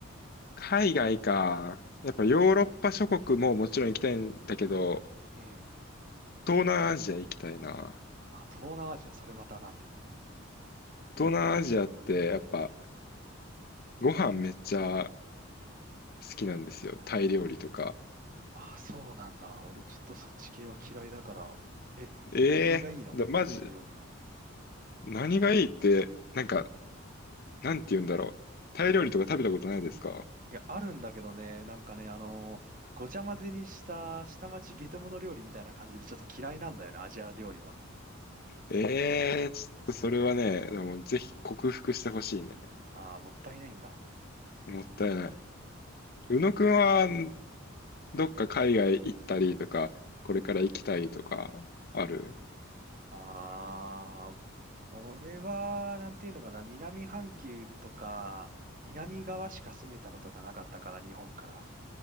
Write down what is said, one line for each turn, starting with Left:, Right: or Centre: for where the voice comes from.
Left: 海外か。やっぱヨーロッパ諸国ももちろん行きたいんだけど、
Right: うん。
Left: 東南アジア行きたいな。
Right: あ、東南アジア、それまたなんで。
Left: 東南アジアってやっぱご飯めっちゃ好きなんですよ。タイ料理とか。
Right: あ、そうなんだ。俺ちょっとそっち系は嫌いだから。え、
Left: ええだ、
Right: 何がいいのそういう料理の。
Left: マジ、何がいいって、なんか、なんて言うんだろう。タイ料理とか食べたことないですか
Right: いや、あるんだけどね、なんかね、あのーごちゃ混ぜにした下町ゲトモノ料理みたいな感じでちょっと嫌いなんだよね、アジア料理は。
Left: ええちょっとそれはね、でもぜひ克服してほしいね。
Right: あーもったいないんだ。
Left: もったいない。宇野くんは、どっか海外行ったりとか、これから行きたいとか、ある
Right: あー俺は、なんていうのかな、南半球とか、南側しか攻めたことがなかったから、日本から。